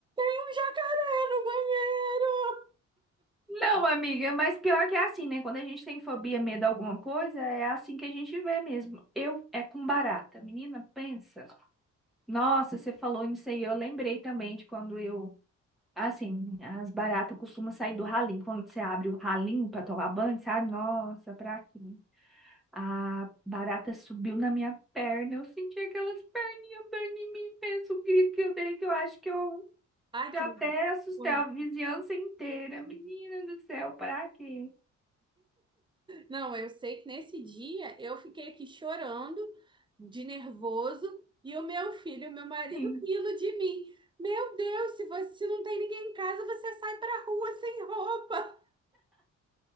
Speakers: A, on the right (about 15°); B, in the centre.
A: um jacaré no banheiro!
B: Não, amiga, mas pior que é assim, né? Quando a gente tem fobia, medo de alguma coisa, é assim que a gente vê mesmo. Eu é com barata. Menina, pensa. Nossa, você falou nisso aí, eu lembrei também de quando eu Assim, as baratas costumam sair do ralinho. Quando você abre o ralinho pra tomar banho, sabe? Nossa, pra quê? A barata subiu na minha perna. Eu senti aquelas perninhas andando em mim. Penso o grito que eu dei, que eu acho que eu
A: Ai,
B: já
A: que nervoso.
B: até assustei a vizinhança inteira. Menina do céu, pra quê?
A: Não, eu sei que nesse dia eu fiquei aqui chorando de nervoso e o meu filho, o meu marido,
B: sim
A: rindo de mim. Meu Deus, se você se não tem ninguém em casa, você sai pra rua sem roupa.